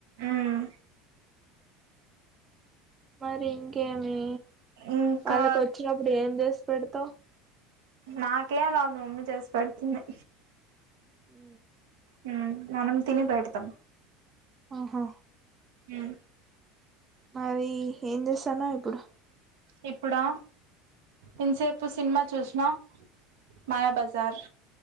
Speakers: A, on the right; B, on the right.
A: మ్మ్
B: మరి ఇంకేమి
A: ఇంకా
B: వాళ్ళకు వచ్చినప్పుడు ఏం చేస్ పెడత
A: నాకేం రాదు మమ్మీ చేసి పెడుతుంది
B: ఉ
A: మ్ మనం తిని పెడతాం
B: అహా
A: ఉ
B: మరి ఏం చేస్తన్నావు ఇప్పుడు
A: ఇప్పుడా ఇంసేపు సినిమా చూసినా మాయాబజార్